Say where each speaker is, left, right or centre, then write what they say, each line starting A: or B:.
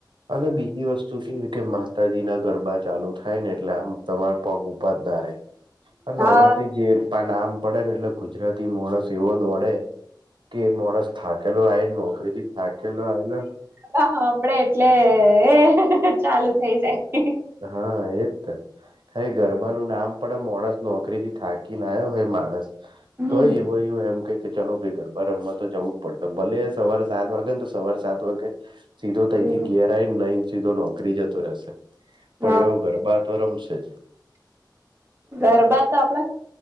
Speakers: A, on the right; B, on the right.
A: અને બીજી વસ્તુ કેવી ઓય કે માતાજી ના ગરબા ચાલુ થાય ને એટલે આમ તમારા પગ ઉભાત ના રે, અન
B: હા
A: નવરાત્રીન જે તા નામ પડે ને એટલે ગુજરાતી મોણસ એવો દોડે, કે મોળસ થાકેલો આયે ખરેટી થાકેલો આવેલો.
B: હ હ હભળે એટલે-લે-લે હે-હે-હે ચાલુ થઈ જાય.
A: એ હા એ ત, અરે ગરબાનું નામ પડે મોણસ નોકરીથી થાકી ના આયો હોય માણસ,
B: હમ
A: તોય એવોય વય એમ કે કે ચાલો ભાઈ ગરબા રમ્મા તો જવું પણ ભલે સવારે સાત વાગે ન તો તવારે સાત વાગે, સીધો
B: હમ
A: તયથી ઘેરાયન નઈન છીધો નોકરી જતો રેહેશે. પણ
B: હ
A: એવો ગરબા તો રમશે જ.
B: ગરબા તો આપલા